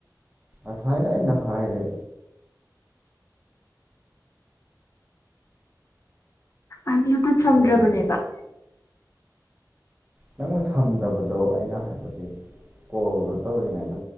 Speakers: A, on the right; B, on the left.
A: ꯑꯁꯥꯏꯗꯏ ꯅꯍꯥꯏꯗ
B: ꯑꯩ ꯕ꯭ꯂꯨꯇꯨꯠ
A: ꯀꯩꯗꯧꯔꯤꯅꯣ
B: ꯁꯝꯗ꯭ꯔꯕꯅꯦꯕ
A: ꯅꯪꯅ ꯁꯝꯗꯕꯗꯣ ꯑꯩꯅ ꯍꯥꯏꯕꯗꯤ ꯀꯣꯜꯗꯣ ꯇꯧꯔꯤꯉꯩꯗ